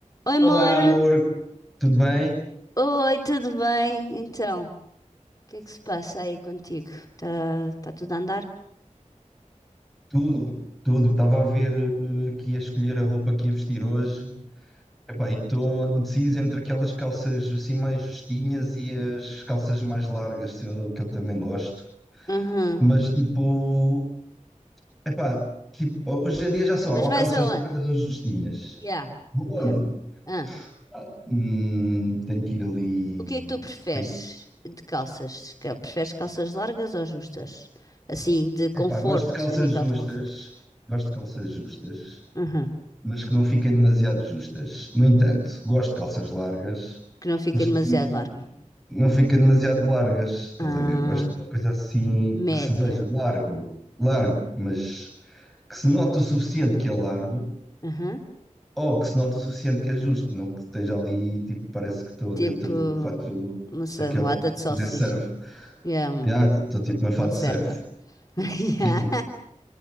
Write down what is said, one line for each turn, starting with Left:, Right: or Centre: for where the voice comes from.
Left: Oi, amor.
Centre: Olá, amor, tudo bem?
Left: Oi, tudo bem? Então, o que é que se passa aí contigo? Tá, tá tudo a andar?
Centre: Tudo, tudo. Estava a ver eh, aqui a escolher a roupa que ia vestir hoje. Epá, estou indeciso entre aquelas calças assim mais justinhas e as calças mais largas, que eu, que eu também gosto.
Left: Uhum.
Centre: Mas tipo, epá, tipo, hoje em dia já só há
Left: Mas
Centre: ou
Left: vais
Centre: calças
Left: aonde?
Centre: largas ou justinhas.
Left: Yeah,
Centre: Vou
Left: yeah.
Centre: onde?
Left: Ah,
Centre: Ah, hum, tenho que ir ali.
Left: o que é que tu preferes
Centre: Tenho que...
Left: de calças? Ca- Preferes calças largas ou justas? Assim, de conforto,
Centre: Epá, gosto de calças
Left: a nível
Centre: justas.
Left: de conforto.
Centre: Gosto de calças justas.
Left: Uhum.
Centre: mas que não fiquem demasiado justas. No entanto, gosto de calças largas,
Left: Que não fiquem
Centre: mas que
Left: demasiado
Centre: não,
Left: largas.
Centre: não fiquem demasiado largas, estás
Left: Ah,
Centre: a ver? Gosto de uma coisa assim
Left: média.
Centre: que se veja largo, largo, mas que se note o suficiente que é largo,
Left: Uhum.
Centre: ou que se note o suficiente que é justo, não que esteja ali, tipo, parece que estou
Left: Tipo,
Centre: dentro de um fato
Left: não sei,
Centre: daqueles
Left: uma lata
Centre: para
Left: de salsichas.
Centre: fazer surf.
Left: Yeah, um-
Centre: Ah, estou tipo num fato
Left: conserva.
Centre: de surf.
Left: <laughs> Yeah.
Centre: E tu?